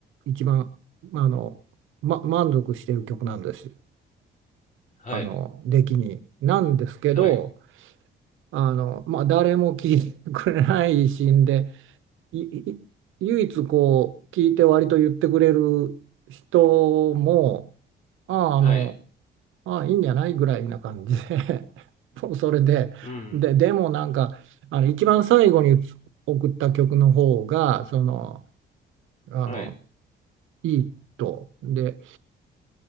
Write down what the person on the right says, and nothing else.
一番、あの、ま、満足している曲なんです。
あの、出来に。なんですけど、
あの、まあ、誰も聴いてくれないしんで、いい唯一こう聞いて割と言ってくれる人もあああの
ああいいんじゃないぐらいな感じで <laughs> もうそれで、
で、でもなんかあの一番最後に送った曲の方がその、あの
いいとで